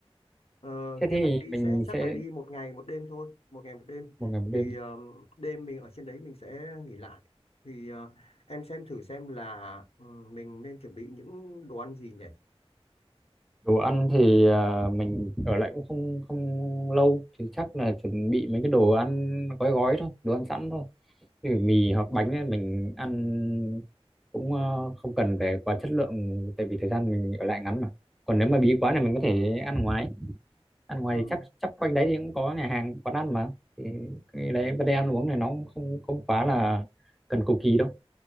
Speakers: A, on the left; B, in the centre.
A: Ờ,
B: Thế
A: kế
B: thì
A: hoạch đi
B: mình
A: sẽ chắc
B: sẽ
A: là đi một ngày một đêm thôi, một ngày một đêm.
B: một ngày một
A: Thì
B: đêm
A: ờ, đêm mình ở trên đấy mình sẽ nghỉ lại. Thì ờ, em xem thử xem là ừ, mình nên chuẩn bị những đồ ăn gì nhỉ?
B: đồ ăn thì à, mình ở lại cũng không không lâu thì chắc là chuẩn bị mấy cái đồ ăn gói gói thôi đồ ăn sẵn thôi như mì hoặc bánh ấy, mình ăn cũng ờ, không cần phải quá chất lượng tại vì thời gian mình ở lại ngắn mà còn nếu mà bí quá này mình có thể ăn ngoài ăn ngoài
A: Ừ,
B: thì chắc chắc quanh đấy thì cũng có nhà hàng quán ăn mà thì cái đấy vấn đề ăn uống này nó cũng không không quá là cần cục kỳ đâu